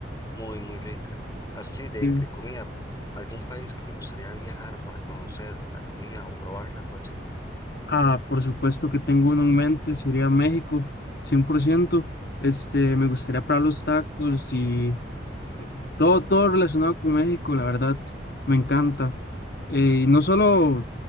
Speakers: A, on the left; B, on the left.
A: Muy, muy rica. Así de,
B: sí.
A: de comida, ¿algún país que le gustaría viajar para conocer la comida o probarla? ¿Cuál sería?
B: Ah, por supuesto que tengo uno en mente, sería México, cien por ciento Este, me gustaría probar los tacos y Todo, todo relacionado con México, la verdad, me encanta. Eh, y no solo